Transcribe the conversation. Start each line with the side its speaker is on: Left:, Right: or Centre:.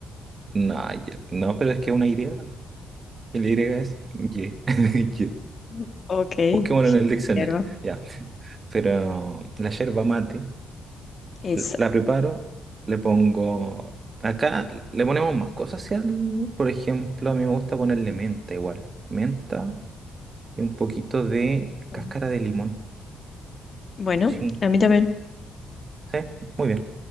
Right: No, hier- no, pero es que una idea. El Y es ye, <laughs> ye.
Left: <laughs> Ok,
Right: Busquémoslo en el diccionario.
Left: hierba.
Right: Ya. Pero la yerba mate,
Left: Esa.
Right: l- la preparo, le pongo. Acá le ponemos más cosas. si al- por ejemplo, a mí me gusta ponerle menta igual. Menta y un poquito de cáscara
Left: Mm.
Right: de limón.
Left: Bueno,
Right: Sí,
Left: a mí también.
Right: sí, muy bien.